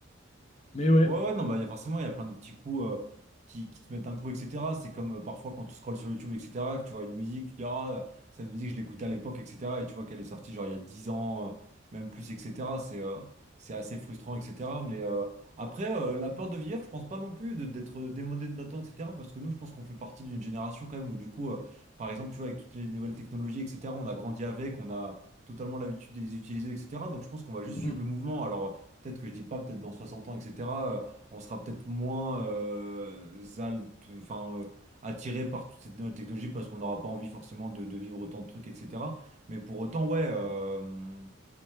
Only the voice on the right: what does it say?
Ouais, ouais, non, bah, il y a forcément, il y a plein de petits coups euh, qui, qui te mettent un coup, etc. C'est comme euh, parfois quand tu scrolles sur YouTube, etc., que tu vois une musique, tu te dis, ah, euh, cette musique, je l'écoutais à l'époque, etc. Et tu vois qu'elle est sortie genre il y a 10 ans, euh, même plus, etc. C'est euh, c'est assez frustrant, etc. Mais euh, après, euh, la peur de vieillir, je pense pas non plus de- d'être démodé de notre temps, etc. Parce que nous, je pense qu'on fait partie d'une génération quand même où, du coup, euh, par exemple, tu vois, avec toutes les nouvelles technologies, etc., on a grandi avec, on a totalement l'habitude de les utiliser, etc. Donc, je pense qu'on va juste suivre
le mouvement. Alors, Peut-être que je dis pas, peut-être dans 60 ans, etc., euh, on sera peut-être moins euh, alt- enfin, euh, attiré par toutes cette nouvelle technologie parce qu'on n'aura pas envie forcément de, de vivre autant de trucs, etc. Mais pour autant, ouais. euh,